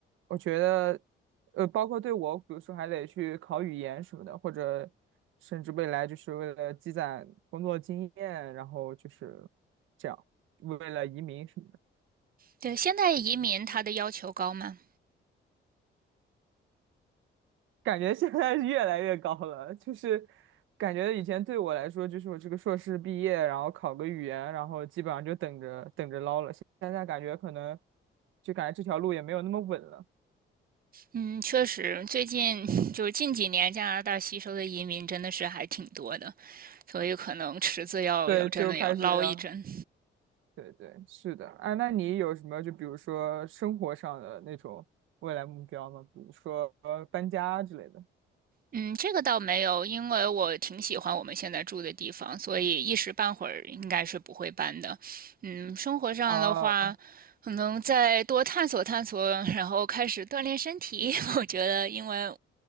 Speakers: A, on the right; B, on the right.
A: 我觉得，呃，包括对我，比如说还得去考语言什么的，或者甚至未来就是为了积攒工作经验，然后就是这样，为了移民什么的，
B: 对，现在移民它的要求高吗？
A: 感觉现在是越来越高了。就是感觉以前对我来说，就是我这个硕士毕业，然后考个语言，然后基本上就等着等着捞了。现在感觉可能就感觉这条路也没有那么稳了，
B: 嗯，确实，最近就是近几年加拿大吸收的移民真的是还挺多的，所以可能池子要要真的要捞一针。
A: 对，就开始。要。对对，是的啊。那你有什么就比如说生活上的那种未来目标吗？比如说呃搬家之类的
B: 嗯，这个倒没有，因为我挺喜欢我们现在住的地方，所以一时半会儿应该是不会搬的。嗯，生活上的话，
A: 啊啊
B: 可能再多探索探索，然后开始锻炼身体。<laughs> 我觉得，因为，